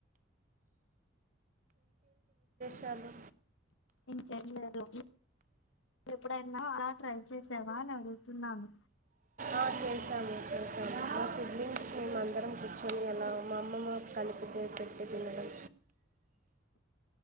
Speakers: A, on the right; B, on the left.
A: చాలు
B: ఇంకేం లేదు ఎప్పుడైనా అలా ట్రై చేసావా అని అడుగుతున్నాను
A: ఆ చేసాము చేసాము మా సిబ్లింగ్స్ మేము అందరం కూర్చొని అలా మా అమ్మమ్మ కలిపితే పెట్టి తినడం